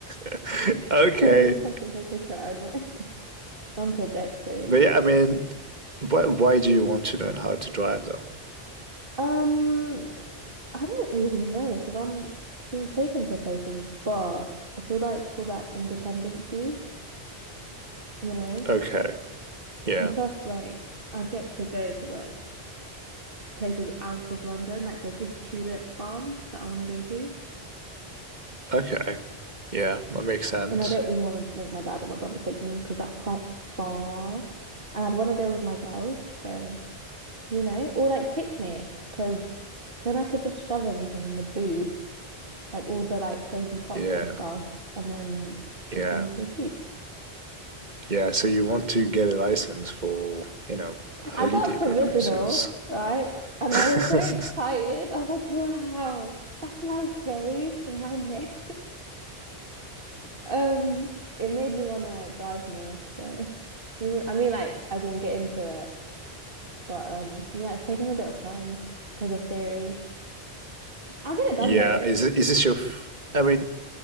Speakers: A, on the right (about 45°); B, on the right (about 60°).
A: <laughs>
B: <laughs>
A: Okay.
B: I'm being such a hypocrite, I know. <laughs> I'm projecting.
A: But yeah, I mean, why why do you want to learn how to drive though?
B: Um, I don't really know because I'm being taken to places, but I feel like for that independency, you know,
A: Okay. Yeah.
B: and plus like I'd get to go to like places out of London. Like there's this tulip farm that I want to go to,
A: Okay. Yeah, that makes sense.
B: and I don't really want to make my dad or my brother take me because that's quite far, and I'd want to go with my girls. So you know, or like picnics because then I could just shove everything in the boot like all the like crazy props
A: Yeah.
B: and stuff, and then
A: Yeah.
B: it'd be so cute.
A: Yeah, so you want to get a license for, you know, holiday
B: I got a provisional,
A: purposes.
B: right? And
A: <laughs>
B: I was so excited. I was like, wow, that's my face and my name. <laughs> Um, it made me want to drive more. So, you, I mean, like, I didn't get into it, but um, yeah, it's taken a bit of time because of theory. I'll get it done
A: Yeah,
B: though.
A: is it, is this your f I mean,